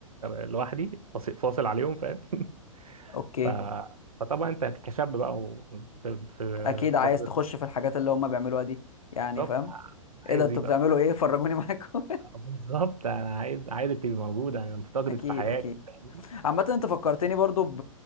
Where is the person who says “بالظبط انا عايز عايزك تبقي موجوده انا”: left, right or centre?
Right